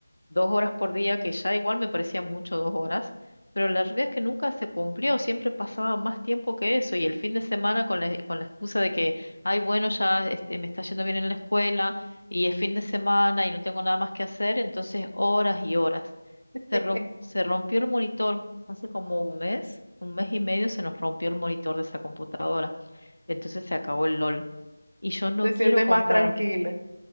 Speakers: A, on the left (about 80°); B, on the right (about 80°).
A: dos horas por día, que ya igual me parecía mucho dos horas, pero la realidad es que nunca se cumplió, siempre pasaba más tiempo que eso y el fin de semana con la, con la excusa de que, ay, bueno, ya este, me está yendo bien en la escuela y es fin de semana y no tengo nada más que hacer, entonces horas y horas.
B: <laughs>
A: Se, rom- se rompió el monitor hace como un mes, un mes y medio se nos rompió el monitor de esa computadora, entonces se acabó el LOL. Y yo no
B: Te
A: quiero
B: sientes
A: comprar
B: más tranquila.